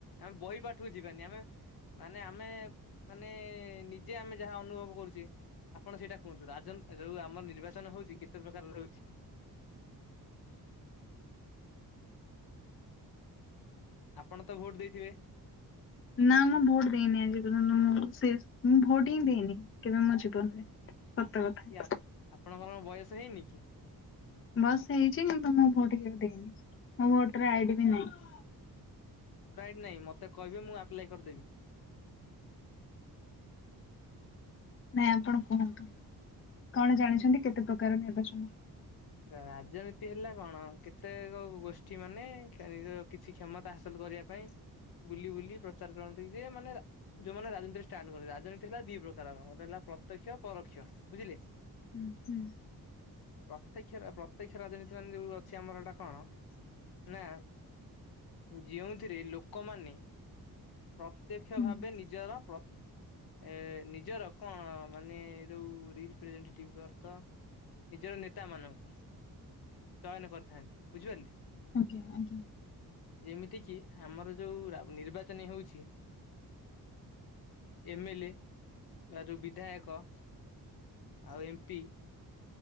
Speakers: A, on the left; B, on the left.
A: ଆମେ ବହି ପାଠକୁ ଯିବାନି ଆମେ ମାନେ ଆମେ ମାନେ ନିଜେ ଆମେ ଯାହା ଅନୁଭବ କରୁଚେ। ଆପଣ ସେଇଟା କୁହନ୍ତୁ ରାଜନ୍ ଯୋଉ ଆମର ନିର୍ବାଚନ ହଉଚି କେତେ ପ୍ରକାର ରହୁଛି? ଆପଣ ତ ଭୋଟ ଦେଇଥିବେ?
B: ନା ମୁଁ ଭୋଟ ଦେଇନି ଆଜି ପର୍ଯ୍ୟନ୍ତ ମୁଁ ସେ ମୁଁ ଭୋଟ ହିଁ ଦେଇନି। କେବେ ମୋ ଜୀବନରେ ସତ କଥା।
A: କି ଆପଣଙ୍କର ବୟସ ହେଇନି କି?
B: ବୟସ ହେଇଚି କିନ୍ତୁ ମୁଁ ଭୋଟ କେବେ ଦେଇନି ମୋ ଭୋଟର ଆଇଡି ବି ନାହିଁ।
A: ଭୋଟର ଆଇଡି ନାଇଁ ମତେ କଇବେ ମୁଁ ଆପ୍ଲାଏ କରିଦେବି।
B: ନାଇଁ ଆପଣ କୁହନ୍ତୁ କଣ ଜାଣିଛନ୍ତି କେତେ ପ୍ରକାର ନିର୍ବାଚନ?
A: ରା-ରାଜନୀତି ହେଲା କଣ କେତେକ ଗୋଷ୍ଠୀ ମାନେ <unintelligible> କିଛି କ୍ଷମତା ହାସଲ କରିବା ପାଇଁ ବୁଲି ବୁଲି ପ୍ରଚାର କରନ୍ତି ଯେ ମାନେ ଯୋଉମାନେ ରାଜନୀତିରେ ଷ୍ଟାଣ୍ଡ କରନ୍ତି ରାଜନୀତି ହେଲା ଦି ପ୍ରକାରର ଗୋଟେ ହେଲା ପ୍ରତ୍ୟକ୍ଷ ପରୋକ୍ଷ ବୁଝିଲେ।
B: ହୁଁ ହୁଁ।
A: ପ୍ରତ୍ୟକ୍ଷ ରା ପ୍ରତ୍ୟକ୍ଷ ରାଜନୀତି ମାନେ ଯୋଉ ଅଛି ଆମର ଏଟା କଣ ନା ଯେଉଁଥିରେ ଲୋକମାନେ ପ୍ରତ୍ୟକ୍ଷ
B: ହୁଁ।
A: ଭାବେ ନି ଜର ପ୍ର ଏ ନିଜର କଣ ମାନେ ଏ ଯୋଉ ରିପ୍ରେଜେଣ୍ଟେଟିବ୍ଅର୍ଥ ନିଜର ନେତା ମାନଙ୍କୁ ଚୟନ କରିଥାନ୍ତି ବୁଝିପାରିଲେ।
B: ଆଜ୍ଞା ଆଜ୍ଞା।
A: ଯେମିତି କିି ଆମର ଯୋଉ ରା ନିର୍ବାଚନ ହେଉଛି। ଏମ୍ ଏଲ ଏ ବା ଯୋଉ ବିଧାୟକ। ଆଉ ଏମ୍ ପି।